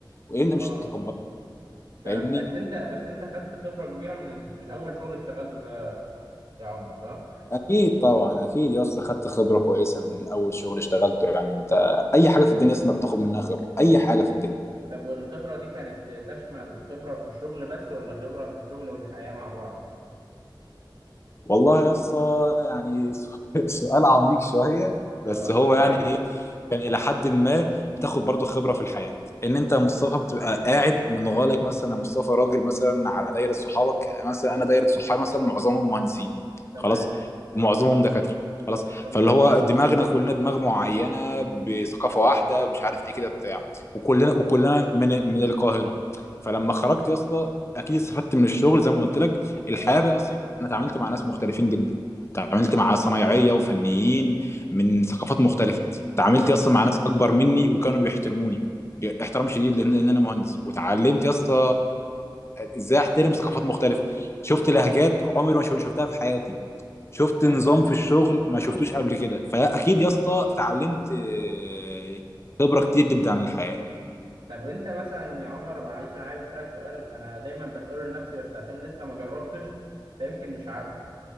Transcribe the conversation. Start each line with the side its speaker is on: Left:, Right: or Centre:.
Left: وامتى
Right: اه
Left: مش تتقبله
Right: تمام
Left: فاهمني
Right: بس انت بس انت خدت خبرة كبيرة من ال... من اول شغل اشتغلته ده يا عمر صح؟
Left: اكيد طبعا اكيد يا اسطى خدت خبره كويسه من اول شغل اشتغلته يعني انت اي حاجه في الدنيا اصلا بتاخد منها خبره اي حاجه في الدنيا
Right: طب والخبرة دي كانت تشمل خبرة في الشغل بس ولا خبرة في الشغل والحياة مع بعض؟
Left: والله يا اسطى يعني س- <laughs> سؤال عميق شويه
Right: اه
Left: بس هو يعني ايه كان الى حد ما بتاخد برضو خبره في الحياه ان انت يا مصطفى بتبقى قاعد منغلق مثلا يا مصطفى راجل مثلا على دايره صحابك مثلا انا دايره صحابي مثلا معظمهم مهندسين
Right: تمام
Left: خلاص ومعظمهم دكاتره خلاص
Right: تمام
Left: فاللي هو دماغنا كلنا دماغ معينه بثقافه واحده مش عارف ايه كده بتاع وكلنا
Right: فاهم.
Left: وكلنا من من القاهره فلما خرجت يا اسطى اكيد استفدت من الشغل زي ما قلت لك الحياه
Right: اه
Left: بقى انا اتعاملت مع ناس مختلفين جدا اتعاملت مع صنايعيه وفنيين من ثقافات مختلفه اتعاملت
Right: ايوه
Left: يا اسطى مع ناس اكبر مني وكانوا بيحترموني احترام شديد لان لأن انا مهندس وتعلمت يا اسطى ازاي احترم ثقافات مختلفه شفت
Right: تمام
Left: لهجات عمري ما شف- شفتها في حياتي شفت
Right: اه
Left: نظام في الشغل ما شفتوش قبل كده فاكيد يا اسطى اتعلمت آه، خبره كتير جدا عن الحياه
Right: طب انت مثلا يا عمر معلش انا عايز اسالك سؤال انا دايما بساله لنفسي بس عشان لسه ما جربتش فيمكن مش عارفه